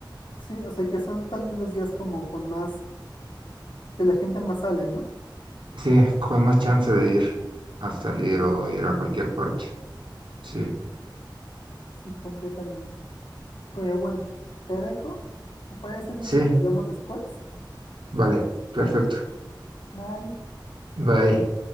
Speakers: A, on the left (about 80°); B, on the right (about 80°).
A: Sí, o sea, que son tal vez los días como con más, que la gente más sale, ¿no?
B: Sí, con más chance de ir a salir o ir a cualquier parte. Sí,
A: Sí, completamente. Pero bueno, te dejo. ¿Me parece bien
B: sí,
A: si hablamos después?
B: vale, perfecto.
A: Vale, bye.
B: Bye.